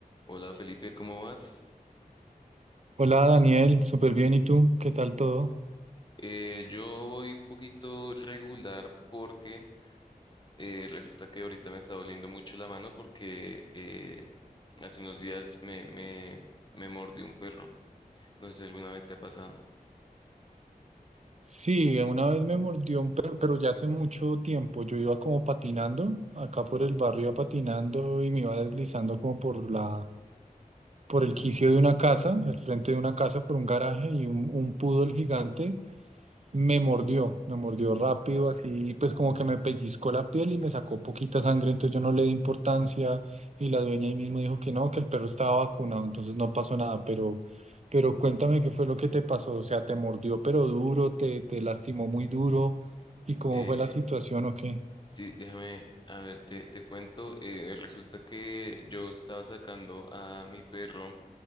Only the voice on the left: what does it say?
Hola Felipe, ¿cómo vas?
Eh, yo voy un poquito regular porque eh, resulta que ahorita me está doliendo mucho la mano porque eh, hace unos días me, me, me mordió un perro. No sé si alguna vez te ha pasado.
Eh,
sí, déjame, a ver, te, te cuento. eh, resulta que yo estaba sacando a mi perro.